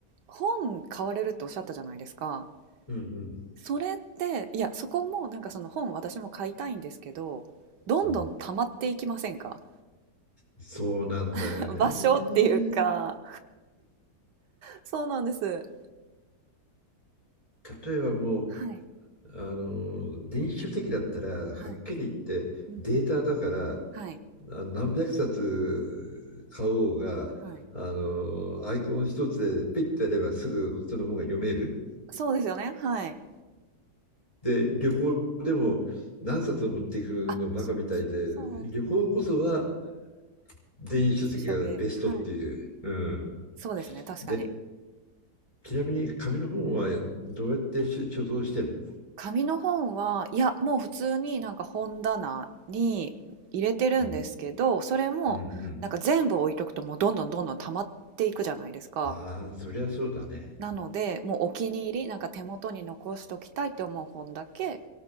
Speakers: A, on the right (about 85°); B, on the left (about 20°).
A: 本買われるっておっしゃったじゃないですか。
B: うん
A: それって、いや、そこもなんかその本私も買いたいんですけど、どんどん溜まっていきませんか
B: うん。うん。そうなんだよね。
A: <laughs> 場所っていうか、そうなんです。
B: 例えばも
A: はい、
B: う、あの、電子書籍だったら、はっきり言ってデータだから、
A: はい、うんうん、はい、
B: あ何百冊買おうが、
A: はい。
B: あの、アイコン一つでピッてやればすぐその本が読める。
A: そうですよね、はい。
B: で、旅行でも何冊を持っていくのバカみたいで、
A: あ、そうそう
B: 旅行こそは
A: そ
B: 電子書籍がベストっていう。
A: う。師生系。はい。
B: うん。
A: そうですね、確かに。
B: で、ちなみに紙の本はどうやって所所蔵してるの
A: 紙の本は、いや、もう普通になんか本棚に入れてるんですけど、
B: うん。
A: それもなんか全部置いとくともうどんどんどんどん溜まっていくじゃないですか。
B: うんうん。ああ、そりゃそうだね。
A: なので、もうお気に入り、なんか手元に残しときたいって思う本だけ